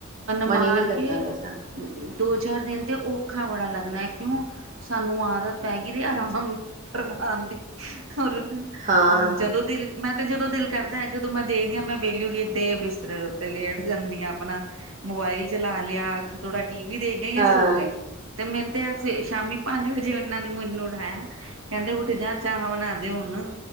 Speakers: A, on the right (about 40°); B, on the right (about 70°).
A: ਮਨ
B: ਮਾਰ
A: ਹੀ ਨਹੀ ਕਰਦਾ
B: ਕੇ
A: ਪਿਆ ਜਾਣ ਨੂੰ
B: ਦੋ ਚਾਰ ਦਿਨ ਤੇ ਔਖਾ ਬੜਾ ਲੱਗਣਾ ਕਿਉਂ ਸਾਨੂੰ ਆਦਤ ਪੈ ਗਈ ਤੇ ਆਰਾਮ ਫਾਰਵਾਣ ਦੀ ਹੋਰ ਹਮ
A: ਹਾਂ
B: ਜਦੋਂ ਦੀ ਮੈਂ ਤੇ ਜਦੋਂ ਦਿਲ ਕਰਦਾ ਜਦੋਂ ਮੈਂ ਦੇਖਦੀ ਹਾਂ ਮੈਂ ਵੇਹਲੀ ਕਿ ਦੇ ਬਿਸਤਰੇ ਉੱਤੇ ਲੇਟ ਜਾਂਦੀ ਹਾਂ ਆਪਣਾ ਮੋਬਾਇਲ ਚਲਾ ਲਿਆ ਥੋੜਾ ਟੀ ਵੀ ਦੇਖ ਗਏ ਜਾਂ
A: ਹਾਂ
B: ਸੋ ਗਏ ਤੇ ਮੈਨੂੰ ਤੇ ਸਵੇਰੇ ਸ਼ਾਮੀ ਪੰਜ ਵਜੇ ਇਹਨਾਂ ਨੇ ਮੈਨੂੰ ਉਠਾਇਆ ਕਹਿੰਦੇ ਉੱਠ ਜਾ ਚਾਹ ਬਣਾ ਦੇ ਹੁਣ